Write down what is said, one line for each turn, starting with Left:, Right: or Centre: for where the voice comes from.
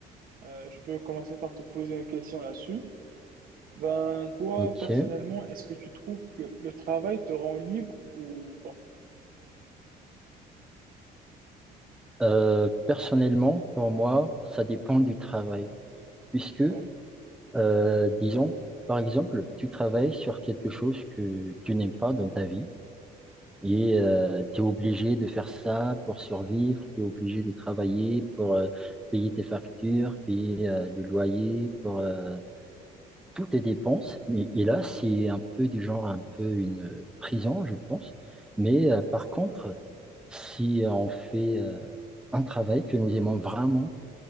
Right: euh, je peux commencer par te poser une question là-dessus. Ben, toi,
Centre: Ok.
Right: personnellement, est-ce que tu trouves que le travail te rend libre ou pas?
Centre: Euh, personnellement, pour moi, ça dépend du travail, puisque,
Right: Ouais,
Centre: euh, disons, par exemple, tu travailles sur quelque chose que tu n'aimes pas dans ta vie
Right: ouais,
Centre: et tu es obligé de faire ça pour survivre, tu es obligé de travailler pour euh, payer tes factures, payer euh, le loyer, pour euh, tout est dépense, mais et là, c'est un peu du genre un peu une euh, prison, je pense. Mais euh, par contre, si on fait euh, un travail que nous aimons vraiment,